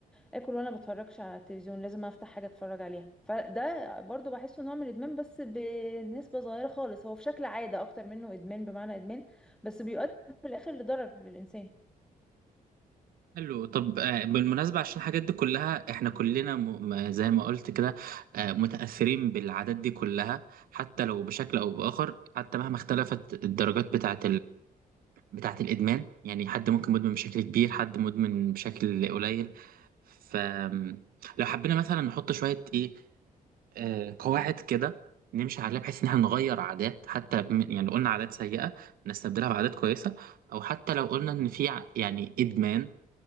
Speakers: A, in the centre; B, on the right.
A: اكل وانا بتفرجش على التلفزيون لازم افتح حاجه اتفرج عليها فده برضو بحسه نوع من الادمان بس بنسبه صغيره خالص هو في شكل عاده اكتر منه ادمان بمعنى ادمان بس بيؤدي في الاخر لضرر للانسان
B: حلو طب آه، بالمناسبة عشان الحاجات دي كلها احنا كلنا م... م- زي ما قلت كده آه، متأثرين بالعادات دي كلها حتى لو بشكل أو بآخر حتى مهما اختلفت الدرجات بتاعة بتاعة الإدمان يعني حد ممكن مدمن بشكل كبير حد مدمن بشكل قليل ف لو حبينا مثلا نحط شوية إيه آه قواعد كده نمشي عليها بحيث إن احنا نغير عادات حتى بم- يعني لو قلنا عادات سيئة نستبدلها بعادات كويسة أو حتى لو قلنا إن في ع- يعني إدمان